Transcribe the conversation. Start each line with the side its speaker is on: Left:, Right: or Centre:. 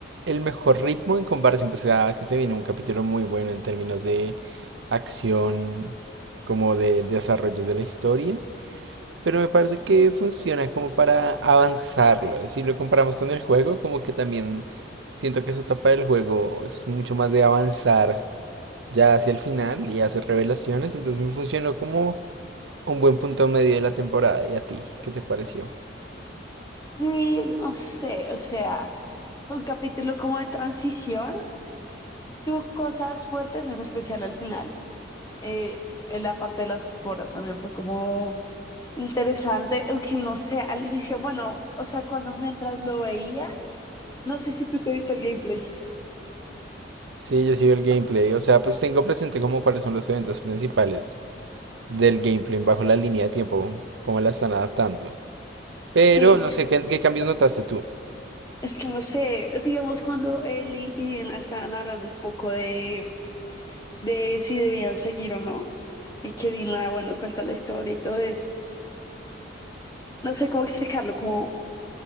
Right: el mejor ritmo en comparación, pues a que se viene un capítulo muy bueno en términos de acción, como de desarrollos de la historia. Pero me parece que funciona como para avanzarlo. Si lo comparamos con el juego, como que también siento que esa etapa del juego es mucho más de avanzar ya hacia el final y hace revelaciones, entonces me funcionó como un buen punto medio de la temporada. ¿Y a ti? ¿Qué te pareció?
Left: Sí, no sé, o sea, fue un capítulo como de transición. Tuvo cosas fuertes, en especial al final. Eh, en la parte de las esporas también fue como interesante, aunque no sé, al inicio, bueno, o sea, cuando mientras lo veía, no sé si tú te viste el gameplay.
Right: Sí, yo sigo el gameplay, o sea, pues tengo presente como cuáles son los eventos principales del gameplay bajo la línea de tiempo, cómo la están adaptando. Pero
Left: Sí,
Right: no sé, ¿qué, qué cambios notaste tú?
Left: es que no sé, digamos cuando Eli y Diana estaban hablando un poco de de si debían seguir o no. Y que Dylan, bueno, cuenta la historia y todo eso. No sé cómo explicarlo, como